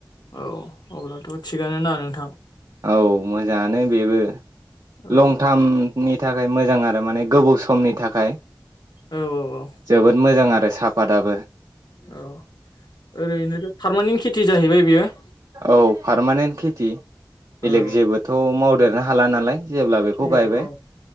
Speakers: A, on the left; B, on the right.
A: औ अब्ला थ' थिगानो ना नोंथां
B: औ मोजाङानो बेबो
A: औ
B: लं टार्मनि थाखाय मोजां आरो माने गोबाव समनि थाखाय
A: औ औ
B: जोबोद मोजां आरो साफाताबो
A: औ ओरैनोथ' पारमानेन्ट खिथ थि जाहैबाय बियो।
B: औ पारमानेन्ट खेथि बेलेग
A: औ
B: जेबोथ' मावदेर रो हाला नालाय जेब्ला बेखौ
A: औ
B: गायबाय
A: औ